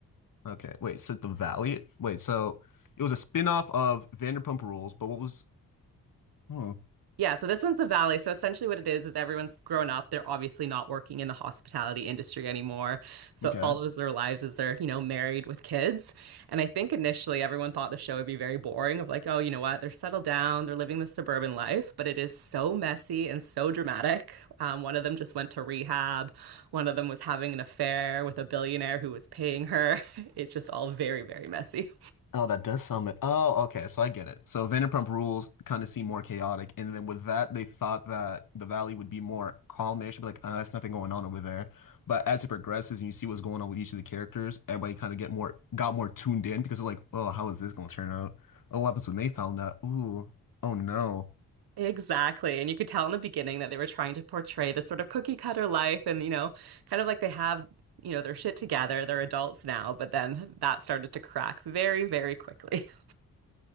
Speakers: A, on the left; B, on the right.
A: Okay, wait. So The Valley. Wait, so it was a spin-off of Vanderpump Rules, but what was? Hmm.
B: Yeah, so this one's the Valley. So essentially what it is is everyone's grown up. They're obviously not working in the hospitality industry anymore. So
A: Okay.
B: it follows their lives as they're, you know, married with kids. And I think initially everyone thought the show would be very boring of like, oh, you know what? They're settled down, they're living the suburban life, but it is so messy and so dramatic. Um, one of them just went to rehab. One of them was having an affair with a billionaire who was paying her. <laughs> It's just all very, very messy.
A: Oh, that does sound. ma- Oh, okay. So I get it. So Vanderpump Rules kind of seem more chaotic, and then with that, they thought that the valley would be more calmish, but like, uh, there's nothing going on over there. But as it progresses and you see what's going on with each of the characters, everybody kind of get more got more tuned in because they're like, oh, how is this going to turn out? Oh, what happens when they found out? Ooh, oh no.
B: Exactly. And you could tell in the beginning that they were trying to portray this sort of cookie cutter life and, you know, kind of like they have, you know, their shit together. They're adults now, but then that started to crack very, very quickly. <laughs>